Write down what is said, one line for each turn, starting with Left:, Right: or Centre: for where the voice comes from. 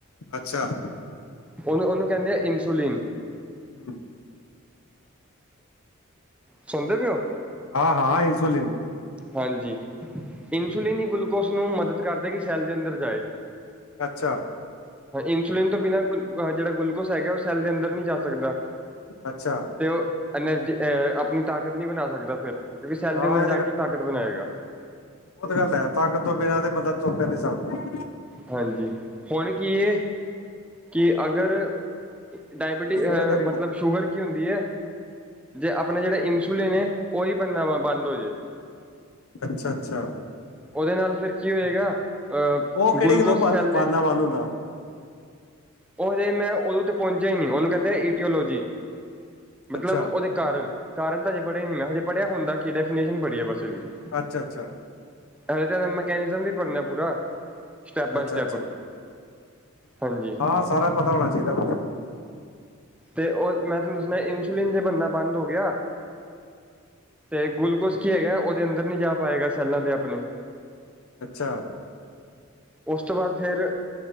Left: ਅੱਛਾ
Centre: ਉਹਨੂੰ ਉਹਨੂੰ ਕਹਿੰਦੇ ਐ, ਇਨਸੁਲੀਨ
Left: ਹਮ
Centre: ਸੁਣਦੇ ਪਏ ਓ।
Left: ਹਾਂ -ਹਾਂ ਇਨਸੁਲੀਨ
Centre: ਹਾਂਜੀ ਇਨਸੁਲਿਨ ਹੀ ਗਲੂਕੋਸ ਨੂੰ ਮਦਦ ਕਰਦਾ ਕਿ ਸੈੱਲ ਦੇ ਅੰਦਰ ਜਾਏ।
Left: ਅੱਛਾ
Centre: ਇੰਸੁਲਿਨ ਤੋਂ ਬਿਨਾਂ ਗ ਜਿਹੜਾ ਗੁਲੂਕੋਸ ਹੈਗਾ ਉਹ ਸੈੱਲ ਦੇ ਅੰਦਰ ਨਹੀਂ ਜਾ ਸਕਦਾ।
Left: ਅੱਛਾ
Centre: ਤੇ ਉਹ ਐਨਰਜੀ ਅਹ ਆਪਣੀ ਤਾਕਤ ਨਹੀਂ ਬਣਾ ਸਕਦਾ ਫਿਰ ਕਿਉਂਕਿ ਸੈੱਲ
Left: ਹਾਂ
Centre: ਦੇ ਅੰਦਰ ਜਾ ਕੇ ਤਾਕਤ ਬਣਾਏਗਾ।
Left: ਬਹੁਤ ਗੱਲ ਹੈ ਤਾਕਤ ਤੋਂ ਬਿਨਾਂ ਤੇ ਬੰਦਾ ਤੁਰ ਫਿਰ ਨੀ ਸਕਦਾ।
Centre: ਹਾਂਜੀ ਹੁਣ ਕੀ ਏ। ਕਿ ਅਗਰ ਡਾਇਬੀਟੀਜ਼
Left: ਸਮਝਦਾਰੀ
Centre: ਮਤਲਬ
Left: ਵਾਲੀ
Centre: ਸ਼ੂਗਰ ਕੀ ਹੁੰਦੀ ਹੈ। ਜੇ ਆਪਣੇ ਜਿਹੜੇ ਇਨਸੁਲਿਨ ਉਹੀ ਬਣਨਾ ਵ ਬੰਦ ਹੋ ਜੇ
Left: ਗੱਲ ਅੱਛਾ ਅੱਛਾ
Centre: ਉਹਦੇ ਨਾਲ ਫਿਰ ਕੀ ਹੋਏਗਾ ਅਹ
Left: ਉਹ ਕਿਹੜੀ
Centre: ਗਲੂਕੋਸ
Left: ਗੱਲੋਂ ਬੰ
Centre: ਸੈੱਲ ਦੇ
Left: ਬਣਨਾ ਬੰਦ ਹੁੰਦਾ।
Centre: ਉਹਦੇ ਮੈਂ ਉਹਦੋਂ ਤੇ ਪਹੁੰਚਿਆ ਹੀ ਨਹੀਂ ਉਹਨੂੰ ਕਹਿੰਦੇ ਈਟੀਓਲੋਜੀ ਮਤਲਬ
Left: ਅੱਛਾ
Centre: ਉਹਦੇ ਕਾਰਨ -ਕਾਰਨ ਤਾਂ ਹਜੇ ਪੜਿਆ ਨੀ ਮੈਂ ਹਜੇ ਪੜ੍ਹਿਆ ਹੁੰਦਾ ਕੀ ਡੈਫੀਨੇਸ਼ਨ ਪੜ੍ਹੀ ਹੈ ਬਸ ਵੀ- <inaudible>
Left: ਅੱਛਾ- ਅੱਛਾ
Centre: ਹਜੇ ਤਾਂ ਮਕੈਨਿਜ਼ਮ ਵੀ ਭਰਨਾ ਪੂਰਾ ਸਟੈਪ ਬਾਏ
Left: ਅੱਛਾ
Centre: ਸਟੈਪ
Left: ਅੱਛਾ
Centre: ਹਾਂਜੀ।
Left: ਹਾਂ ਸਾਰਾ ਪਤਾ ਹੋਣਾ ਚਾਹੀਦਾ ਵ।
Centre: ਤੇ ਉਹ ਮੈਂ ਤੁਹਾਨੂੰ ਦੱਸਣਾ ਇਨਸੁਲਿਨ ਜੇ ਬਣਨਾ ਬੰਦ ਹੋ ਗਿਆ। ਤੇ ਗਲੂਕੋਸ ਕੀ ਹੈਗਾ ਉਹਦੇ ਅੰਦਰ ਨੀ ਜਾ ਪਾਏਗਾ ਸੈਲਾਂ ਦੇ ਆਪਣੇ
Left: ਅੱਛਾ
Centre: ਉਸ ਤੋਂ ਬਾਅਦ ਫਿਰ